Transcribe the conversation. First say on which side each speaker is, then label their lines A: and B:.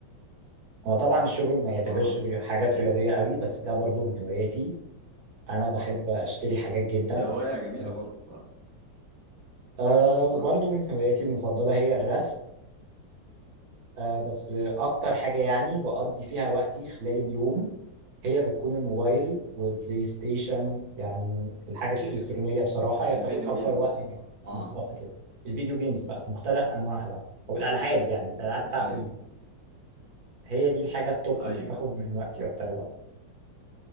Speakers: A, on the right; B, on the right.
A: هو طبعا الشوبينج ما يعتبرش
B: اه
A: ري- حاجات رياضية قوي بس ده برضو من هواياتي أنا بحب أشتري حاجات جدا
B: هواية
A: أروح السوبر.
B: جميلة برضه فعلا
A: أه وبرضو
B: اه
A: من هواياتي المفضلة هي الرسم أه بس أكتر حاجة يعني بقضي فيها وقتي خلال اليوم هي بتكون الموبايل والبلاي ستيشن يعني الحاجات الإلكترونية بصراحة هي بتاخد
B: الفيديو
A: أكبر
B: جيمز
A: وقت من الوقت.
B: اه
A: بالظبط كده الفيديو جيمز بقى بمختلف أنواعها بقى أو الألعاب يعني الألعاب بتاعت
B: ايوه
A: ال... هي دي الحاجة التوب
B: ايوه
A: اللي بتاخد من وقتي أكتر وقت